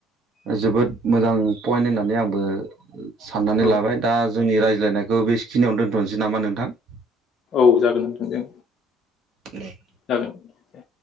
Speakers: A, on the right; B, on the left.
A: जोबोद मोजां पइन्ट होननानै आंबो साननानै
B: औ
A: लाबाय दा जोंनि रायज्लायनायखौ बेसखिनियावनो दोनथ'नसै नामा नोंथां
B: औ जागोन नोंथां जों
A: <inaudible>
B: जागोन दे